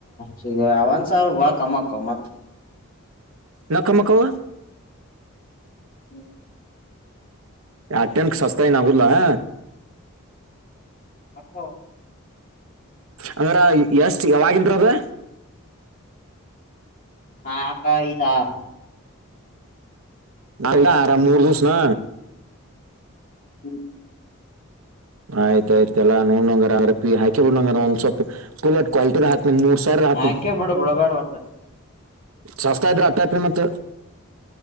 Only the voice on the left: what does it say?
ಸಿಗ ಒನ್ ಸಾವಿರ ಬಳ ಕಮ್ಮಕ್ಕ ಮತ್
ಹ್ಮ್
ಅಪ್ಪೋ
ನಾಕಾ ಐದಾ
ಹ್ಮ
ಹಾಕೆ ಬಿಡು ಬಿಡಬ್ಯಾಡ ಒಟ್ಟ